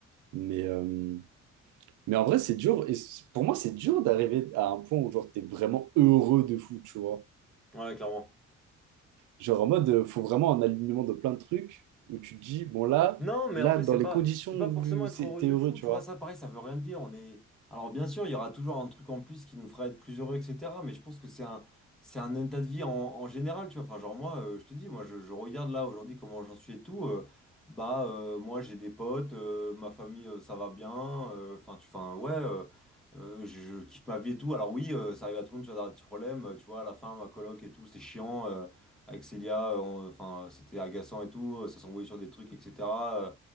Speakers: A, on the right; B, in the centre.
A: Mais, euh, mais en vrai, c'est dur. Et c'est- pour moi, c'est dur d'arriver à un point où genre t'es vraiment heureux de fou, tu vois.
B: ouais, clairement.
A: Genre en mode, euh, faut vraiment un alignement de plein de trucs où tu te dis, bon là,
B: Non, mais
A: là,
B: après,
A: dans
B: c'est
A: les
B: pas,
A: conditions
B: c'est pas
A: où
B: forcément être
A: c'est-
B: heureux
A: t'es
B: de
A: heureux,
B: fou,
A: tu
B: tu
A: vois.
B: vois, ça, pareil, ça veut rien dire. On est... Alors, bien sûr, il y aura toujours un truc en plus qui nous fera être plus heureux, etc. Mais je pense que c'est un, c'est un état de vie en, en général, tu vois. Enfin, genre, moi, euh, je te dis, moi, je, je regarde là aujourd'hui comment j'en suis et tout. euh, bah, euh, moi, j'ai des potes, euh, ma famille, euh, ça va bien. euh, Enfin, tu, enfin, ouais, euh, euh, je, je kiffe ma vie et tout. Alors, oui, euh, ça arrive à tout le monde, tu vois, d'avoir des petits problèmes, euh, tu vois, à la fin, ma coloc et tout, c'est chiant. euh, avec Célia, euh, on- enfin, c'était agaçant et tout, euh, ça s'envoyait sur des trucs, etc. euh,